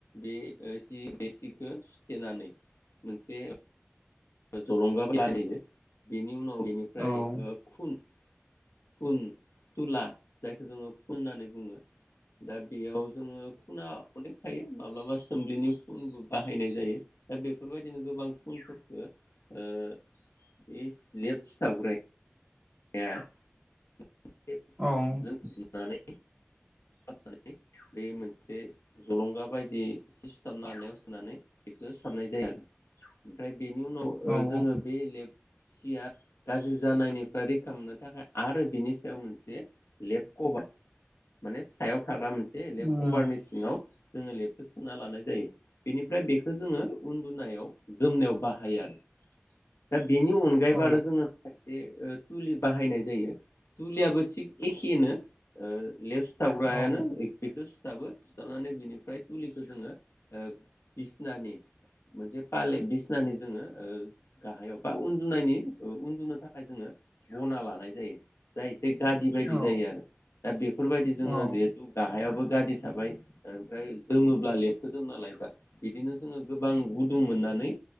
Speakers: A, on the left; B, on the left.
A: बे सि बे सिखौ सुथेनानै मोनसे। जलंगा लाानायहैयो बेनि उनाव बेनिफ्राय
B: औ
A: खुन <unintelligible> कुन थुला जायखौ जोङो कुन होननानै बुङो दा। बेयाव जोङो खुना अदेक। थायो माब्लाबा सोम्लिनि फुनबो बाहायनाय जायो दा बेफोरबायदिनो गोबां फुनफोरखौ। ओ बे लेब सुथाबग्राया। <inaudible>
B: औ <inaudible>
A: <inaudible> बे मोनसे जलंगा बायदि सि सुथाबनो हानायाव सुनानै बेखौ सुथाबनाय जाया आरो। ओमफ्राय बेनि उनाव
B: औ
A: जोङो
B: औ
A: बे लेपसिया गाज्रि जानायनिफ्राय रैखा। खालामनो थाखाय आरो बिनि सायाव मोनसे लेपकपार माने सायाव थाग्रा मोनसे। एसे
B: उम
A: लेब कभारनि सिङाव। जोङो लेबखौ सुना लानाय जायो बेनिफ्राय बेखौ जोङो उन्दुनायाव जोमनायाव बाहायो आरो। दा बेनि अनगायैबो
B: औ
A: आरो जोङो खायसे। थुलि बाहायनाय जायो थुलियाबो थिग एखेनो ओ। लेप सिथाबग्रायानो
B: औ
A: बेखौ। सुथाबो सुथाबनानै बिनिफ्राय थुलिखौ जोङो बिसनानि। मोनसे फाले बिसनानि जोङो ओ गाहायाव बा उन्दुनायनि उन्दुनो थाखाय जोङो। बना लानाय जायो जाय। एसे गादि बायदि
B: औ
A: जायो आरो दा बेफोरबायदि जोङो
B: औ
A: जिहेतु गाहायावबो। गादि थाबाय ओमफ्राय जोमोब्ला लेफ्टखौ जोमना लायबा बिदिनो जोङो गोबां गुदुं मोननानै।